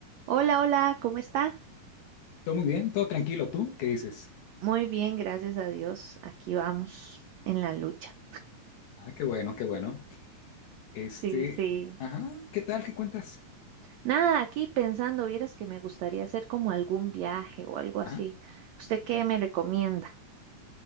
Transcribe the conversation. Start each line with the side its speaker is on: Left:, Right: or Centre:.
Right: Hola, hola, ¿cómo está?
Left: Todo muy bien, todo tranquilo. ¿Tú qué dices?
Right: Muy bien, gracias a Dios. Aquí vamos en la lucha.
Left: Ah, qué bueno, qué bueno. Este,
Right: Sí, sí.
Left: ajá, ¿qué tal? ¿Qué cuentas?
Right: Nada, aquí pensando, vieras que me gustaría hacer como algún viaje o algo así.
Left: Ajá.
Right: ¿Usted qué me recomienda?